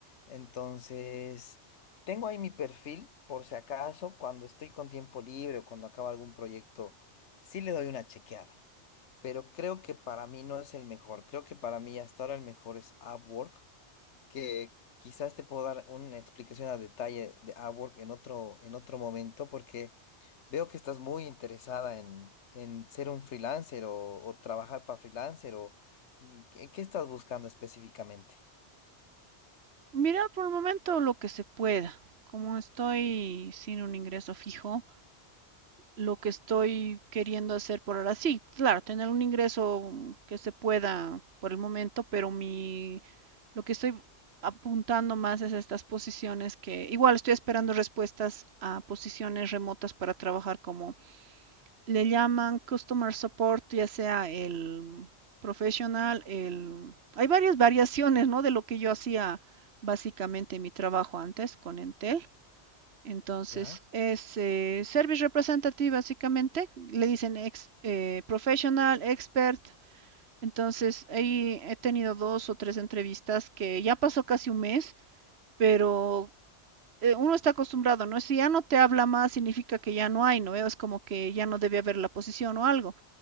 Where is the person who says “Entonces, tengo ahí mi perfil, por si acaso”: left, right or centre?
Left